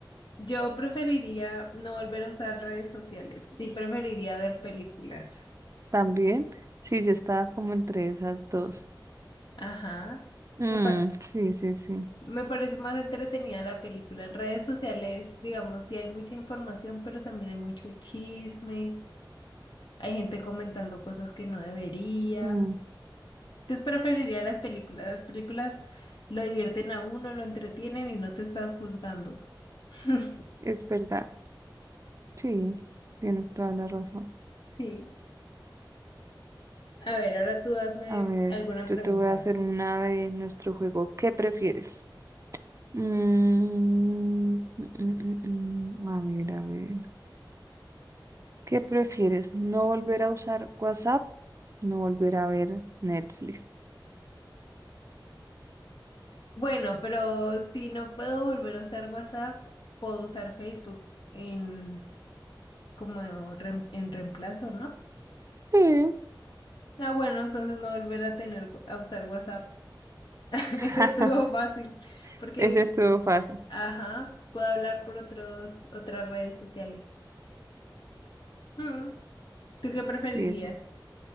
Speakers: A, on the left; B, on the right.
A: yo preferiría no volver a usar redes sociales. Sí, preferiría ver películas.
B: También, sí, yo estaba como entre esas dos.
A: Ajá.
B: Mm,
A: Me, pa-
B: sí, sí, sí.
A: me parece más entretenida la película. En redes sociales, digamos, sí hay mucha información, pero también hay mucho chisme. Hay gente comentando cosas que no debería.
B: Mm.
A: Entonces preferiría las películas. Las películas lo divierten a uno, lo entretienen y no te están juzgando. <laughs>
B: Es verdad, sí, tienes toda la razón.
A: Sí. A ver, ahora tú hazme
B: A ver,
A: alguna
B: yo
A: pregunta.
B: te voy a hacer una de nuestro juego. ¿Qué prefieres? Mm, mm, mm, mm, mm. A ver, a ver. ¿Qué prefieres? ¿No volver a usar WhatsApp? ¿No volver a ver Netflix?
A: Bueno, pero si no puedo volver a usar WhatsApp, puedo usar Facebook en como rem- en reemplazo, ¿no?
B: Sí,
A: Ah, bueno, entonces no volver a tener a usar WhatsApp. <laughs>
B: <laughs>
A: Eso estuvo fácil, porque,
B: ese estuvo fácil.
A: ajá, puedo hablar por otros otras redes sociales. Mm, ¿Tú qué preferirías?
B: Sí, ese.